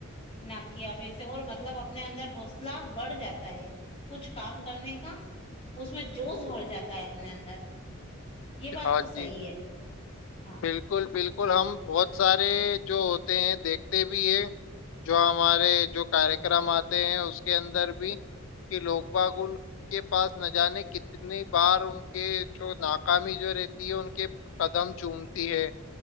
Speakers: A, on the left; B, on the left.
A: نہ کیا میں سے اور مطلب اپنے اندر حوصلہ بڑھ جاتا ہے کچھ کام کرنے کا اس میں جوش بھر جاتا ہے اپنے اندر یہ بات
B: ہاں
A: تو صحیح
B: جی
A: ہے ہاں
B: بالکل بالکل ہم بہت سارے جو ہوتے ہیں دیکھتے بھی ہے جو ہمارے جو کاریہ کررم آتے ہیں اس کے اندر بھی کہ لوگ باگ ان کے پاس نہ جانے کتنی بار ان کے جو ن ی جو رہتی ہے ان کے قدم جومتی ہے